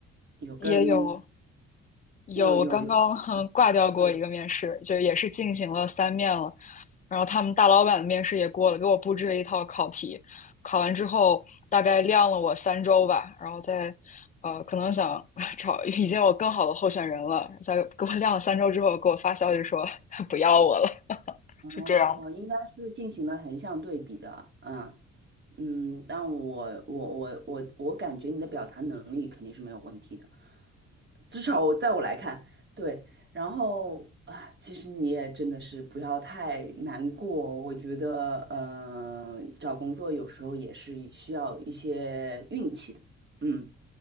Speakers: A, on the right; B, on the left.
A: 有跟
B: 也有有，
A: 有有有
B: 我刚刚嗯挂掉过一个面试，
A: 交流？
B: 就也是进行了三面了，然后他们大老板的面试也过了，给我布置了一套考题，考完之后大概晾了我三周吧，然后再。呃，可能想 <laughs> 找已经有更好的候选人了，再给我晾了三周之后，给我发消息说 <laughs> 不要我了，
A: 哦，
B: 是这样
A: 应该是进行了横向对比的，嗯嗯，但我我我我我感觉你的表达能力肯定是没有问题的。至少我在我来看，对。然后啊，其实你也真的是不要太难过。我觉得，嗯、找工作有时候也是需要一些运气的。嗯，